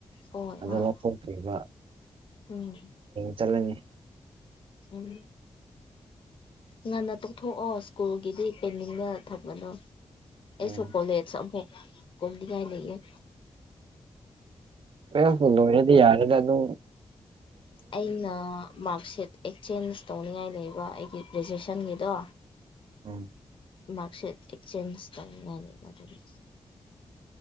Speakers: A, on the left; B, on the right.
A: ꯍꯣꯏ
B: ꯑꯗꯨ
A: ꯍꯣꯏ
B: ꯂꯧꯇ‌ꯣꯛꯇ꯭ꯔꯤꯕ
A: ꯎꯝ
B: ꯆꯠꯂꯅꯤ
A: ꯎꯝ ꯉꯟꯅ ꯇꯣꯛꯊꯣꯛꯑꯣ ꯁ꯭ꯀꯨꯜꯒꯤꯗꯤ ꯄꯦꯟꯅꯤꯡꯅ ꯊꯝꯕꯗ‌ꯣ ꯑꯩꯁꯨ
B: ꯎꯝ
A: ꯀꯣꯜꯂꯦ ꯁ‌ꯑꯃꯨꯛ ꯀꯨꯝꯅꯤꯉꯥꯏ ꯂꯩꯌ‌ꯦ
B: ꯇ꯭ꯋ‌ꯦꯜꯞ ꯄꯨ ꯂ‌ꯣꯏꯔꯗꯤ ꯌꯥꯔꯦꯗ ꯑꯗꯨ
A: ꯑꯩꯅ ꯃꯥꯔꯛꯁꯤꯠ ꯑꯦꯛꯆꯦꯟꯖ ꯇꯧꯅꯤꯡꯉꯥꯏ ꯂꯩꯕ ꯑꯩꯒꯤ ꯒ꯭ꯔꯦꯖꯨꯋꯦꯁꯟꯒꯤꯗꯣ
B: ꯎꯝ
A: ꯃꯥꯔꯛꯁꯤꯠ ꯑꯦꯛꯆꯦꯟꯖ ꯇꯧꯅꯤꯉꯥꯏ ꯂꯩꯕ ꯑꯗꯨꯒꯤ